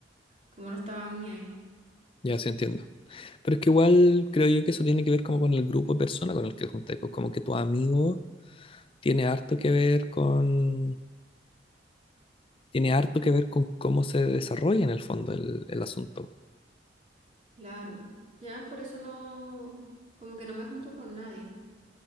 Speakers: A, on the right; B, on the left.
A: como no estaban ni ahí.
B: ya sí entiendo. Pero es que igual creo yo que eso tiene que ver como con el grupo de personas con el que juntáis, pues como que tu amigo tiene harto que ver con, tiene harto que ver con cómo se desarrolla en el fondo el, el asunto.
A: Claro, ya por eso no, como que no me junto con nadie.